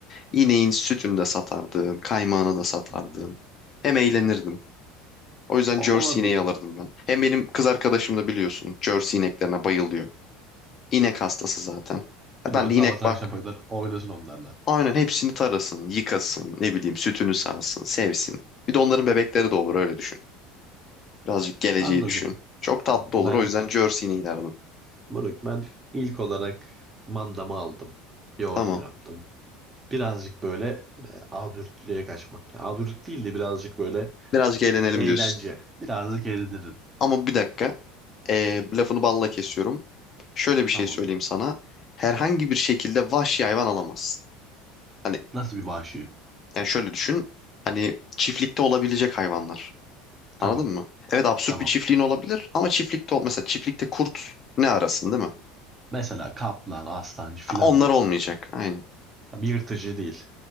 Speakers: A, on the left; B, on the right.
A: ineğin sütünü de satardım, kaymağını da satardım.
B: Hmm.
A: Hem eğlenirdim. O yüzden
B: O,
A: Jersey
B: olabilir.
A: ineği alırdım ben. Hem benim kız arkadaşım da biliyorsun, Jersey ineklerine bayılıyor. İnek hastası zaten. Ya
B: Değil
A: Ben
B: mi? Böyle
A: de
B: Sabahtan
A: inek bak
B: akşama kadar oynasın onlarla.
A: Aynen hepsini tarasın, yıkasın, ne bileyim sütünü sağsın, sevsin. Bir de onların bebekleri de olur öyle düşün. Birazcık geleceği
B: Anladım.
A: düşün. Çok tatlı
B: Ben
A: olur o yüzden Jersey'ni ilerdim.
B: Burak ben ilk olarak mandamı aldım. Yoğurdumu
A: Tamam.
B: yaptım. Birazcık böyle e, absürtlüğe kaçmak. Absürt değil de birazcık böyle
A: Birazcık eğlenelim
B: eğlence.
A: diyorsun.
B: Birazcık eğlenirim.
A: Ama bir dakika. Ee, lafını balla kesiyorum. Şöyle bir şey
B: Tamam.
A: söyleyeyim sana. Herhangi bir şekilde vahşi hayvan alamazsın. Hani
B: Nasıl bir vahşi?
A: yani şöyle düşün. Hani çiftlikte olabilecek hayvanlar.
B: Tamam.
A: Anladın mı? Evet absürt
B: Tamam.
A: bir çiftliğin olabilir ama çiftlikte ol mesela çiftlikte kurt ne arasın değil mi?
B: Mesela kaplan, aslancı filan
A: Ha, Onlar
B: diyorsun.
A: olmayacak. Aynen.
B: Tabii yırtıcı değil.